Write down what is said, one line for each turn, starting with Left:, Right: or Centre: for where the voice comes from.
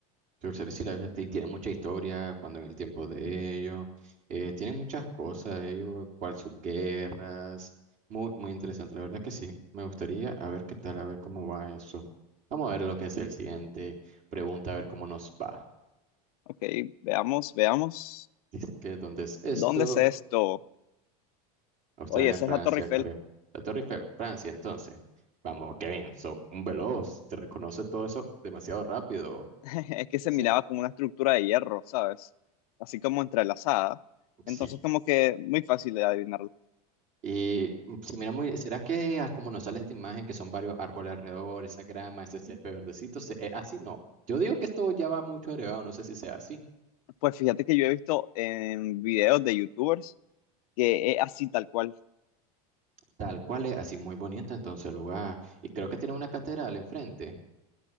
Right: Pero sí, sí, la verdad, sí, tiene mucha historia cuando en el tiempo de ellos. eh, tienen muchas cosas ellos, cual sus guerras. Muy, muy interesante, la verdad que sí. Me gustaría a ver qué tal, a ver cómo va eso. Vamos a ver lo que es el siguiente pregunta, a ver cómo nos va.
Left: Ok, veamos, veamos,
Right: Dice que, ¿dónde es esto?
Left: ¿dónde es esto?
Right: Australia,
Left: Oye, esa
Right: Francia,
Left: es la Torre Eiffel,
Right: Corea. La Torre Eiffel, Francia, entonces. Vamos, Kevin, so un veloz, te reconoce todo eso demasiado rápido.
Left: <laughs> es que se
Right: Sí.
Left: miraba como una estructura de hierro, ¿sabes? Así como entrelazada,
Right: Sí.
Left: entonces como que muy fácil de adivinarlo.
Right: Y mm, se mira muy, ¿será que ah, como nos sale esta imagen que son varios árboles alrededor, esa grama, ese césped verdecito, se- eh, así no? Yo digo que esto ya va mucho agregado, no sé si sea así.
Left: Pues fíjate que yo he visto en videos de youtubers, que es así tal cual.
Right: Tal cual es, así muy bonito entonces el lugar. Y creo que tiene una catedral enfrente,